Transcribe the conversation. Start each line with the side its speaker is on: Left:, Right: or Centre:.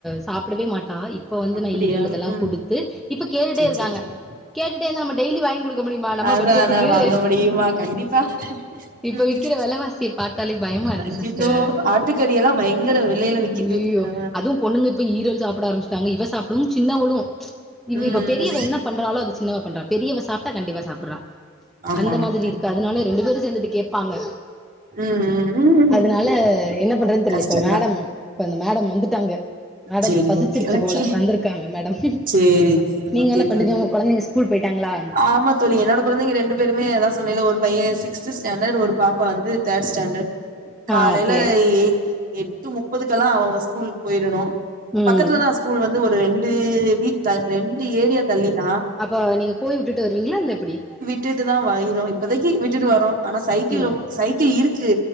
Centre: சாப்டவே மாட்டா இப்போ வந்து
Right: அப்படியா
Centre: நா ஈரல் இதெல்லா
Right: ம்
Centre: குடுத்து இப்ப கேட்டுட்டே
Right: சேரி
Centre: இருக்காங்க
Right: சேரி
Centre: கேட்டுட்டே இருந்தா நம்ம டெய்லி வாங்கி குடுக்க முடியுமா நம்ம
Right: அதா
Centre: பட்ஜெட்டுக்கு
Right: ஆனா வாங்க முடியுமா கண்டிப்பா
Centre: இப்போ
Right: ம்
Centre: விக்கிற வெல வாசிய பாத்தாலே பயமா இருக்கு
Right: அய்யய்யோ
Centre: சிஸ்டர்
Right: ஆட்டுக்கறி எல்லா பயங்கர வெலையில விக்குது
Centre: அய்யயோ
Right: அ
Centre: அதும் பொண்ணுங்க இப்ப ஈரல் சாப்புட ஆரம்பிச்சிட்டாங்க இவ சாப்டவும் சின்னவளும் இவ
Right: ம்
Centre: இவ பெரியவ
Right: ம்
Centre: என்னப் பண்றாலோ அது சின்னவ பண்றா பெரியவ சாப்ட்டா கண்டிப்பா சாப்புட்றா
Right: ஆமா
Centre: அந்த
Right: ஆமா
Centre: மாதிரி இருக்கு அதுனால ரெண்டு பேரு சேந்துட்டு கேப்பாங்க
Right: ம் ம்
Centre: அதுனால
Right: ம்
Centre: என்ன பண்றதுன் தெரிலை
Right: கஷ்டந்தா
Centre: இப்ப மேடம் இப்ப அந்த மேடம் வந்துட்டாங்க மேடம்க்கு
Right: சேரி
Centre: பசிச்சிருச்சு
Right: ஓகே ஓகே
Centre: போல வந்துருக்காங்க மேடம்
Right: சேரி சேரி
Centre: நீங்க
Right: ஓகே
Centre: என்ன பண்றீங்க
Right: தோழி
Centre: உங்க கொழந்தைங்க ஸ்கூல் போயிட்டாங்களா
Right: ஆமா தோழி என்னோட கொழந்தைங்க ரெண்டு பேருமே அதா சொன்னைல ஒரு பையெ சிக்ஸ்த்து ஸ்டேண்டர்ட் ஒரு பாப்பா வந்து தேர்ட் ஸ்டாண்டர்ட்
Centre: ஆ
Right: காலையில
Centre: ஓகே
Right: எய் எட்டு முப்பதுக்கெலா அவங்க ஸ்கூலுக் போயிரணு
Centre: ம்
Right: பக்கத்துலதா ஸ்கூல் வந்து ஒரு ரெண்டு வீக் ரெண்டு ஏரியா தள்ளிதா
Centre: அப்போ நீங்க போய் விட்டுட்டு வருவீங்களா இல்ல எப்புடி
Right: விட்டுட்டுதா வைரோ இப்போதைக்கி விட்டுட்டு வரோ ஆனா சைக்கிளும்
Centre: ம்
Right: சைக்கிள் இருக்கு